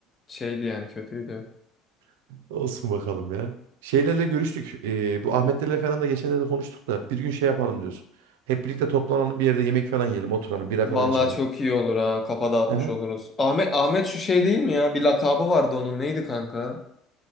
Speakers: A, on the left (about 30°); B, on the right (about 85°).
A: Şeydi yani kötüydü.
B: <laughs> Olsun bakalım ya. Şeylerle görüştük. Eee, bu Ahmetlerle falan da geçenlerde konuştuk da bir gün şey yapalım diyoruz. Hep birlikte toplanalım bir yerde yemek falan yiyelim, oturalım, bira
A: Vallahi
B: falan içelim.
A: çok iyi olur ha. Kafa dağıtmış
B: Aha.
A: oluruz. Ahmet Ahmet şu şey değil mi ya? Bir lakabı vardı onun. Neydi kanka?